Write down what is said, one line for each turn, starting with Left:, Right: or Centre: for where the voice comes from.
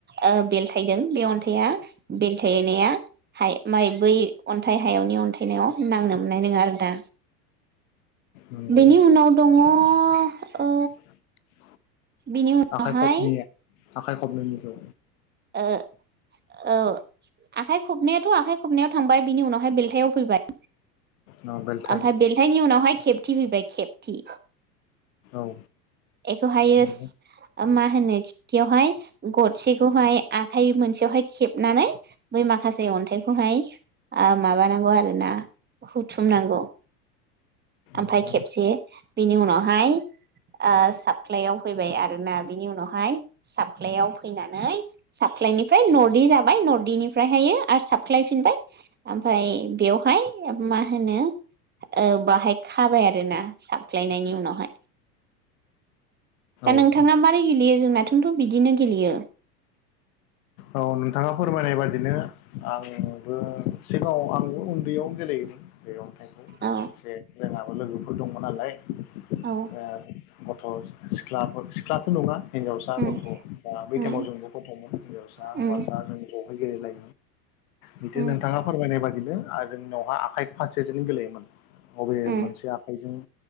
Right: ओ बेलथायदों बे अन्थाइआ बेलथायनाया मा बै अन्थाइ हायावनि अन्थाइनायाव नांनो मोननाय नङा आरो दा
Left: नंगौ
Right: बेनि उनाव दङ ओ
Left: <unintelligible>
Right: बेनि उनावहाय
Left: आखाइ खबनै आखाइ खबनैनिखो
Right: ओ औ आखाइ खबनैयाथ आखाइ खबनायाव थांबाय बिनि उनावहाय बेलथायाव फैबाय
Left: औ बेलथाय
Right: ओमफ्राय बेलथायनि उनावहाय खेबथि फैबाय खेबथि
Left: औ
Right: एखौहायो
Left: नंगौ
Right: मा होनो खेबथियावहाय गरसेखौहाय आखाइ मोनसेयावहाय खेबनानै बै माखासे अन्थाइखौहाय ओ‌ माबानांगौ आरो ना हुथु थुमनांगौ ओमफ्राय
Left: नंगौ
Right: खेबसे बिनि उनावहाय ओ साफख्लायाव फैबाय आरोना बिनि उनावहाय साब साख्लायाव फैनानै साख्लायनिफ्राय नर्दि जाबाय नर्दिेनिफ्रायहायो आरो साबख्लायफिनबाय ओमफ्राय बेवहाय मा होनो ओ बाहाय खाबाय आरोना साबख्लायनायनि उनावहाय दा
Left: औ
Right: नोंथाङा मारै गेलेयो? जोंना नाथोनथ' बिदिनो गेलेयो।
Left: औ नोंथाङा फोरमायनाय बादिनो आंबो सिगाङाव आंबो उन्दैयाव गेलेयोमोन। मैगं थाइगं
Right: औ
Left: एसे जोङाबो लोगोफोर दङ नालाय
Right: औ
Left: <unintelligible> गथ' सिख्लाफोर सिख्लाथ' नङा हिनजावसा
Right: उम
Left: गथ' बा बै
Right: उम
Left: टाइमाव जों ज' <unintelligible> हिन्जावसा
Right: उम
Left: हौवासा जों बावहाय गेलेलाय बिदिनो
Right: उम
Left: नोंथाङा फोरमायनाय बाय बिनो आरो जोंनावहाय आखाइ फारसेजोंनो गेलेयोमोन बबे
Right: उम
Left: मोनसे आखाइजों